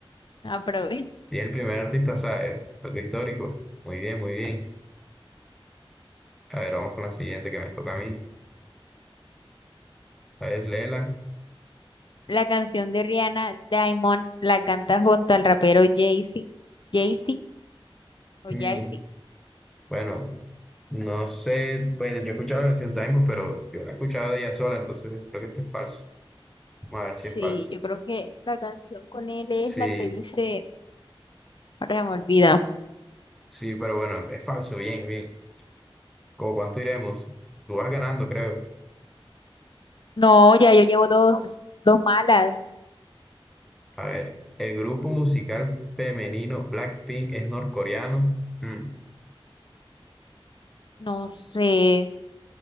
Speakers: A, on the left; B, in the centre.
A: Aprobé.
B: y es el primer artista, o sea, es algo histórico. Muy bien, muy bien. A ver, vamos con la siguiente que me toca a mí. A ver, léela.
A: La canción de Rihanna, Diamond, la canta junto al rapero Jay-Z. Jay-Z o
B: Mm,
A: Jay-Z.
B: bueno, no sé, pues yo he escuchado la canción Taimo, pero yo la he escuchado de ella sola, entonces creo que esto es falso. Vamos a ver si
A: Sí,
B: es falso.
A: yo creo que la canción con él es
B: Sí,
A: la que dice, ahora se me olvida.
B: sí, pero bueno, es falso, bien, bien. ¿Cómo cuánto iremos? Tú vas ganando, creo.
A: No, ya yo llevo dos, dos malas.
B: A ver, el grupo musical femenino Blackpink es norcoreano. Mm,
A: No sé.